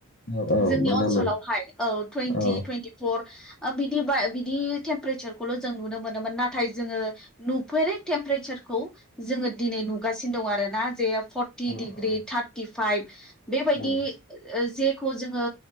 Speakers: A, on the left; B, in the centre.
A: औ औ
B: जोंनि
A: मोनामोन
B: अनसलावहाय औ टुइन्टि
A: औ
B: टुइन्टिफर ओ बिदि बा बिदि टेम्पारेसारखौल' जों नुनो मोनोमोन नाथाय जोङो नुफेरै टेमपारेसारखौ जोङो दिनै नुगासिनो दं आरोना। <unintelligible> फरति
A: औ
B: दिग्रि
A: औ
B: थारतिभायब बेबायदि
A: औ
B: ओ ज जेखौ जोङो